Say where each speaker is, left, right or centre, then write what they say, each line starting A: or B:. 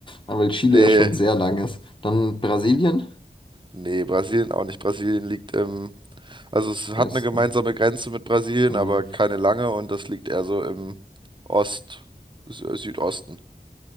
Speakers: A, on the left; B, on the right.
A: Ah, weil Chile
B: Nee,
A: ja schon sehr lang ist. Dann Brasilien?
B: nee, Brasilien auch nicht. Brasilien liegt im, also es hat
A: Westen.
B: eine gemeinsame Grenze mit Brasilien,
A: Hm.
B: aber keine lange und das liegt eher so im Ost, Sü- Südosten.